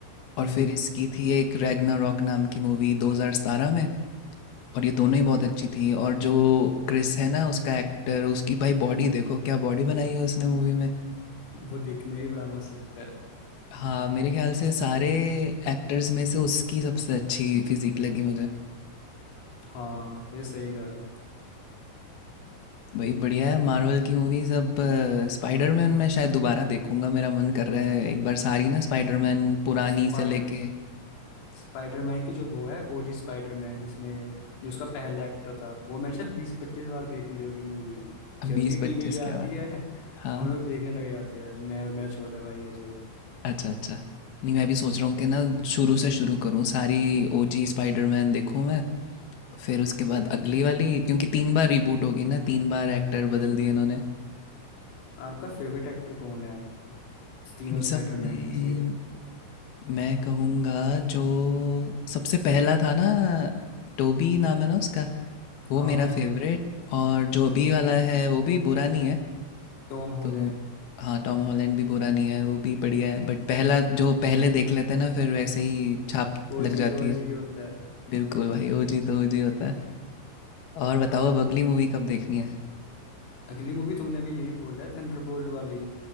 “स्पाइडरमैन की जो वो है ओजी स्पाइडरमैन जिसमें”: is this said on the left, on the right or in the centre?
Left